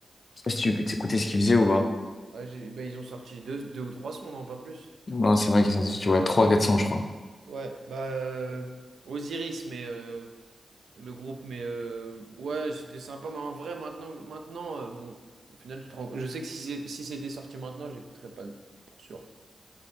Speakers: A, on the left (about 50°); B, on the right (about 80°).
A: Je sais pas si tu écoutais ce qu'il faisait ou pas.
B: Bah, j'ai- bah, ils ont sorti deux, deux ou trois sons, non, pas plus.
A: Non, c'est vrai qu'ils sont sortis, ouais, trois quatre cents je crois.
B: Ouais, bah euh, Osiris, mais euh, le groupe, mais euh, ouais, c'était sympa. Mais en vrai, maintenant, maintenant, euh, bon, au final, tu te rends- je sais que si c'est- si c'était sorti maintenant, j'écouterais pas pour sûr.